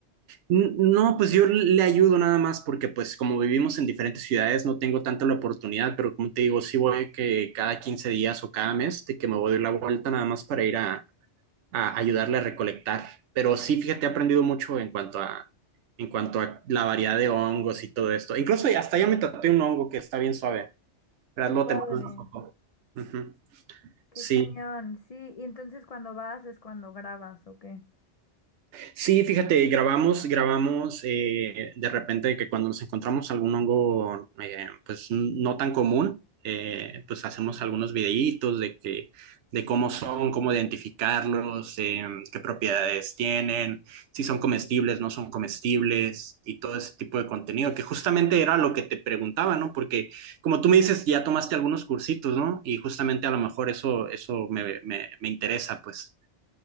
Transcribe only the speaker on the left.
Qué
padre.
Qué
cañón, sí, y entonces cuando vas es cuando grabas, ¿o qué?